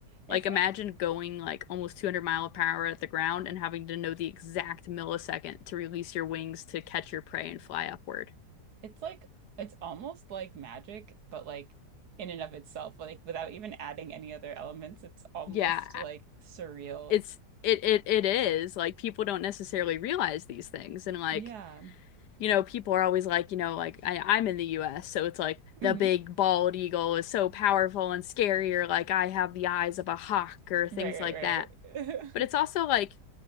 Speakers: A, on the right; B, on the left.
A: It's
B: Like
A: like
B: imagine going like almost 200 mile per hour at the ground and having to know the exact millisecond to release your wings to catch your prey and fly upward.
A: It's like it's almost like magic, but like in and of itself, like without even adding any other elements, it's almost
B: Yeah,
A: like surreal.
B: it's it it it is like people don't necessarily realize these things and like
A: Yeah.
B: you know, people are always like, you know, like I, I'm in the US, so it's like
A: hmm
B: the big bald eagle is so powerful and scary, or like I have the eyes of a hawk, or things
A: Right,
B: like
A: right,
B: that.
A: right.
B: But it's also like